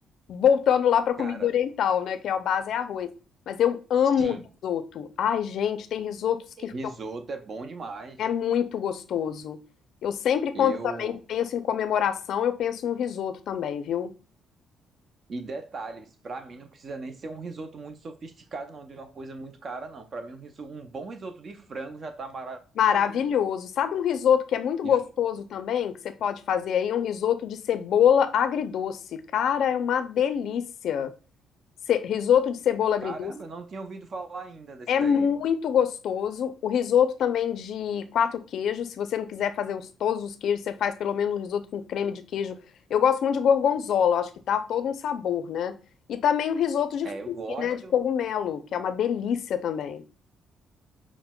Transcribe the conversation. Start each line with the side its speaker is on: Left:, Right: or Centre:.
Left: voltando lá pra comida
Right: Cara,
Left: oriental, né? Que é a base é arroz. Mas eu amo
Right: sim,
Left: risoto. Ai, gente, tem risotos que
Right: risoto
Left: que eu-
Right: é bom demais.
Left: é muito gostoso. Eu sempre, quando
Right: Eu.
Left: também penso em comemoração, eu penso no risoto também, viu?
Right: E detalhes, pra mim não precisa nem ser um risoto muito sofisticado, não, de uma coisa muito cara, não. Pra mim, um, riso- um bom risoto de frango já tá maravilhoso.
Left: Maravilhoso. Sabe um risoto que é muito gostoso
Right: E,
Left: também, que você pode fazer aí? Um risoto de cebola agridoce. Cara, é uma delícia. Ce- risoto de cebola agridoce
Right: caramba, eu não tinha ouvido falar ainda desse
Left: é
Right: daí.
Left: muito gostoso. O risoto também de quatro queijos. Se você não quiser fazer os, todos os queijos, você faz pelo menos um risoto com creme de queijo. Eu gosto muito de gorgonzola, eu acho que dá todo um sabor, né? E também o risoto de
Right: É,
Left: figue,
Right: eu gosto.
Left: né? De cogumelo, que é uma delícia também,